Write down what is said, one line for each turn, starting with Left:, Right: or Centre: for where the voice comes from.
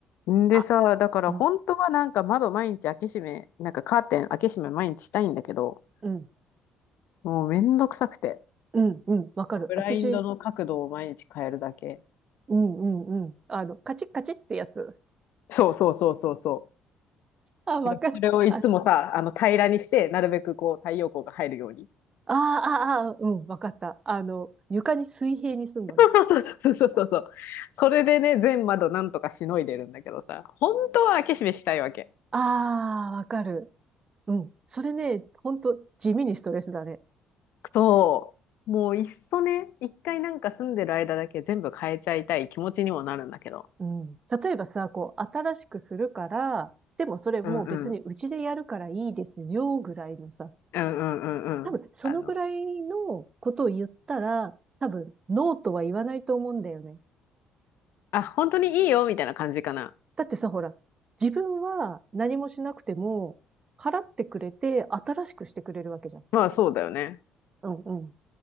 Left: う。んでさ、
Right: あ、
Left: だから本当はなんか窓毎日開け閉め、
Right: うん、
Left: なんかカーテン開け閉め毎日したいんだけど、
Right: うん、
Left: もうめんどくさくて。
Right: うん、うん、わかる。
Left: ブラインドの角度を毎日変えるだけ。
Right: 私、うん、うん、うん。あの、カチッカチッってやつ。
Left: そうそうそうそうそ
Right: あ、わかる。
Left: う。だからそれをいつもさ、
Right: あ、あ
Left: あの平らにして、なるべくこう太陽光が入るように
Right: あ、ああ、うん、わかった。あの、床に水平にすんのね。
Left: そうそうそうそう。それでね、全窓なんとかしのいでるんだけどさ、本当は開け閉めしたいわけ。
Right: ああ、わかる。うん。それね、ほんと地味にストレスだね。
Left: そう。もういっそね、一回なんか住んでる間だけ全部変えちゃいたい気持ちにもなるんだけど。
Right: うん。例えばさ、こう、新しくするから、でもそれもう別にうちでやるからいいですよ、
Left: うんうん。
Right: ぐらいのさ。
Left: うんうんうんうん。
Right: 多分、そのぐらいのことを言ったら、
Left: あの、
Right: 多分、ノーとは言わないと思うんだよね。
Left: あ、本当にいいよみたいな感じかな。
Right: だってさ、ほら、自分は何もしなくても、払ってくれて、新しくしてくれるわけじゃん。
Left: まあそうだよね。
Right: うんうん。